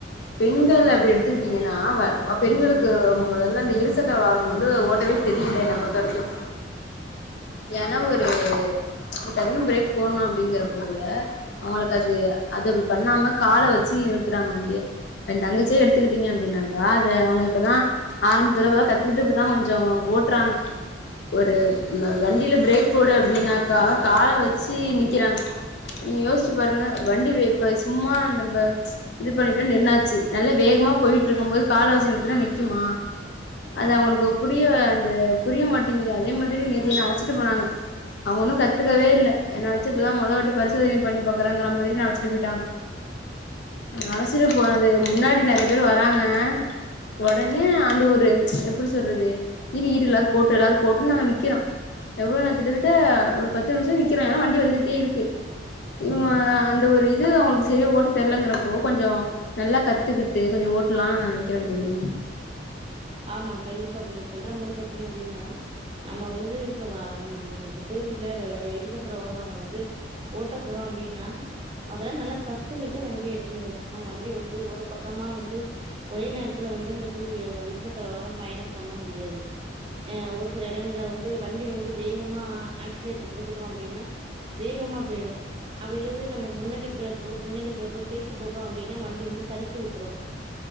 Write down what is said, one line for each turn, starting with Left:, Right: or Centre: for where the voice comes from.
Left: பெண்கள் அப்டி எடுத்துக்கிட்டீங்கன்னா பெண்களுக்கு முதல்ல அந்த இருசக்கர வாகனம் வந்து ஓட்டவே தெரியல என்னை பொறுத்த வரைக்கும் ஏன்னா ஒரு டக்குனு பிரேக் போடணும் அப்படிங்கறப்ப கூட அவங்களுக்கு அது அது அப்படி பண்ணாம கால வச்சு நிறுத்துறாங்க வண்டிய என் தங்கச்சிய எடுத்துக்கிட்டீங்க அப்படின்னாக்கா அத அவங்க இப்பதான் ஆரம்பத்துல கத்துக்கிட்டு இப்பதான் கொஞ்சம் ஓட்டுறாங்க ஒரு வண்டியில பிரேக் போடு அப்படின்னாக்கா கால வச்சு நிக் கல்குரா நீங்க யோசிச்சு பாருங்க வண்டி இப்ப சும்மா இது பண்ணிடன் நின்னாச்சு நல்லா வேகமா போயிட்டு இருக்கும் போது கால வச்சி நிறுத்துனா நிக்குமா அது அவங்களுக்கு புரிய அந்த புரிய மாட்டேங்குது அதே மாதிரி நேத்து என்னெ அழச்சிட்டு போனாங்க அவங்க ஒன்னும் கத்துக்கவே இல்ல என்னவச் தான் முத வாட்டி பரிசோதனை பண்ணி பாக்கறங்கற மாதிரி என்னெ அழச்சிட்டு போயிட்டாங்க அழச்சிட்டு போனது முன்னாடி நிறைய பேர் வராங்க உடனே அந்த ஒரு எப்படி சொல்றது இரு எல்லாரும் போட்டு எல்லாரும் போட்டு நாங்க நிக்கிறோம் எவ்ளோநேர கிட்டத்தட்ட ஒரு பத்து நிமிஷம் நிக்கிறோ ஏன்னா வண்டி வந்து இருக்கு இவங்க அந்த ஒரு இது அவங்களுக்கு சரியா ஓட்டு தெரலங்கிறப்போ கொஞ்சம் நல்லா கத்துக்கிட்டு கொஞ்சம் ஓட்டலாம்னு நா நினைக்கிறேன் தோழி
Right: ஆமா கண்டிப்பாங்க சொல்ற மாதிரி பாத்தீங்க அப்டின்னா நம்ம வந்து இப்ப வ டூவீலர் இருசக்கர வாகனெலாம் வந்து ஓட்ட போறோம் அப்டின்னா அதெல்லாம் நல்லா கத்துக்கிட்டு வண்டிய எடுக்கண சும்மா வண்டி வந்து ஒரு பக்கமா வந்து ஒரே நேரத்துல வந்து இரு பயணம் பண்ண முடியாது அ ஒரு சில இடங்கள்ல வந்து வண்டி வந்து வேகமா ஆக்சிலேட்டர் குடுத்துட்டோ அப்டின்னா வேகமா போயிடும் அப்படிது நம்ம முன்ன பிறேக்கோ பின்னணி பிறேக்கோ சேர்த்து போட்டோம் அப்படினா வண்டி வந்து சரிக்கி விட்டு